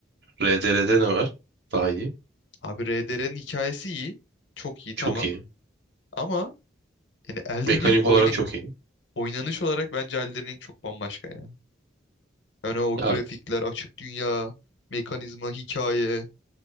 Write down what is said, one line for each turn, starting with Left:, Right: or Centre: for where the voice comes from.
Right: RDR'de ne var? Daha iyi.
Left: Abi RDR'nin hikayesi iyi. Çok iyi tamam.
Right: Çok iyi.
Left: Ama yani Elden
Right: Mekanik
Left: Ring oyna-
Right: olarak çok iyi.
Left: oynanış olarak bence Elden Ring çok bambaşka ya. Yani o
Right: Ya
Left: grafikler, açık dünya, mekanizma, hikaye.